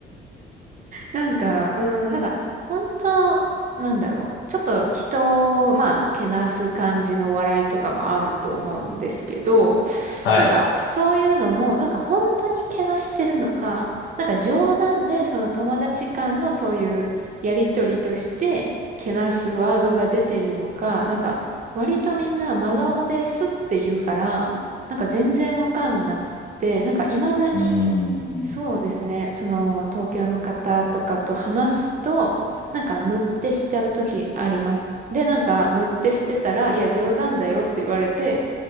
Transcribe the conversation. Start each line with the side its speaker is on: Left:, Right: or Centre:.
Right: なんか、うん、なんか、本当なんだろう。ちょっと人を、まあ、けなす感じの笑いとかもあると思うんですけど、
Left: <laughs> はい。
Right: なんか、そういうのも、なんか本当にけなしてるのか、なんか冗談で、その友達間のそういうやりとりとして、けなすワードが出てるのか、なんか、割とみんな真顔ですって言うから、なんか全然わかんなくって、なんか未だに、
Left: うーん。
Right: そうですね、その東京の方とかと話すと、なんかムッてしちゃう時あります。で、なんかムッてしてたら、いや冗談だよって言われて、